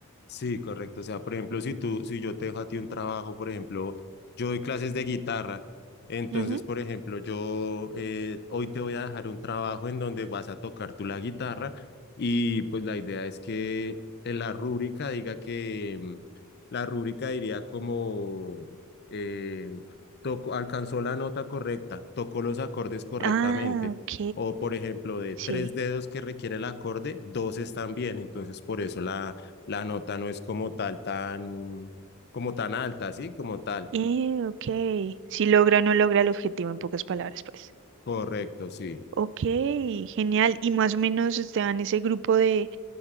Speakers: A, on the left; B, on the right.
A: Sí, correcto. O sea, por ejemplo, si tú, si yo te dejo a ti un trabajo, por ejemplo, yo doy clases de guitarra, entonces,
B: Ujú.
A: por ejemplo, yo eh, hoy te voy a dejar un trabajo en donde vas a tocar tú la guitarra y pues la idea es que en la rúbrica diga que mm, la rúbrica diría como eh, tocó, alcanzó la nota correcta, tocó los acordes correctamente.
B: Ah, ok.
A: O, por ejemplo, de
B: Sí.
A: tres dedos que requiere el acorde, dos están bien. Entonces, por eso la, la nota no es como tal tan, como tan alta, ¿sí? Como tal.
B: Eh, ok. Si logra o no logra el objetivo, en pocas palabras, pues.
A: Correcto, sí.
B: Ok, genial. Y más o menos, Esteban, ese grupo de,